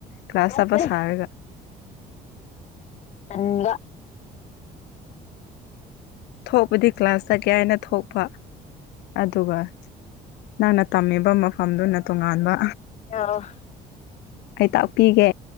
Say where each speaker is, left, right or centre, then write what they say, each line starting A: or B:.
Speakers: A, on the left; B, on the left.
A: ꯀ꯭ꯂꯥꯁ
B: ꯅꯠꯇꯦ
A: ꯆꯥꯠꯄ ꯁꯥꯔꯒ
B: ꯅꯪꯒ
A: ꯊꯣꯛꯄꯗꯤ ꯀ꯭ꯂꯥꯁ ꯆꯠꯀꯦ ꯍꯥꯏꯅ ꯊꯣꯛꯄ ꯑꯗꯨꯒ ꯅꯪꯅ ꯇꯝꯃꯤꯕ ꯃꯐꯝꯗꯨꯅ ꯇꯣꯉꯥꯟꯕ
B: ꯌꯥꯔꯣ
A: ꯑꯩꯩ ꯇꯥꯛꯄꯤꯒꯦ